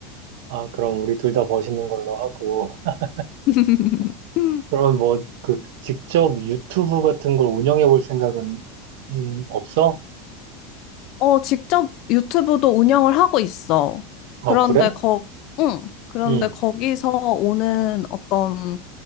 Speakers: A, on the right; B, on the left.
A: 아, 그럼 우리 둘 다 멋있는 걸로 하고. <laughs>
B: <laughs>
A: 그럼 뭐, 그, 직접 유튜브 같은 걸 운영해 볼 생각은, 음, 없어?
B: 어, 직접 유튜브도 운영을 하고 있어.
A: 아,
B: 그런데
A: 그래?
B: 거, 응. 그런데
A: 응.
B: 거기서 오는 어떤